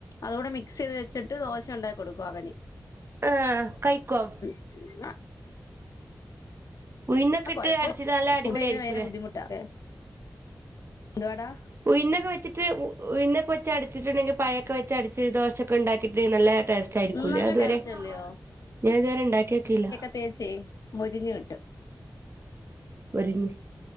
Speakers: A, on the left; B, on the right.
A: അതുകൂടെ മിക്സ് ചെയ്ത് വെച്ചിട്ട് ദോശ ഉണ്ടാക്കി കൊടുക്കും അവന്
B: ആഹ് കൈ ക്കോം
A: ങ
B: ഉഴുന്നൊക്കെ
A: ആഹ്
B: ഇട്ട്
A: കൊഴപ്പം
B: അടിച്ചത് നല്ല അടിപൊളി
A: ഫുഡ് കഴിക്കണ
B: ആയിരിക്കൂല്ലേ
A: പയങ്കര ബുദ്ധിമുട്ടാ ല്ലേ എന്തുവാടാ
B: ഉയുന്നൊക്കെ വെച്ച്ട്ട് ഉഴ്ന്നൊക്കെവെച്ച് അടിച്ചിട്ടുണ്ടെങ്കിൽ പഴയൊക്കെവെച്ച് അടിച്ചി ദോശൊക്ക ഉണ്ടാക്കിയിട്ടെങ്കിൽ നല്ലെ ടേസ്റ്റ് ആയിക്കൂല്ലേ
A: നല്ല
B: അതുവരെ
A: ടേസ്റ്റ് അല്ലയോ
B: ഞാൻ ഇതുവരെ ഉണ്ടാക്കിനോക്കീല്ല
A: പ്രത്യേകിച്ച് മുരിഞ്ഞ് കിട്ടും
B: മുരിഞ്ഞ്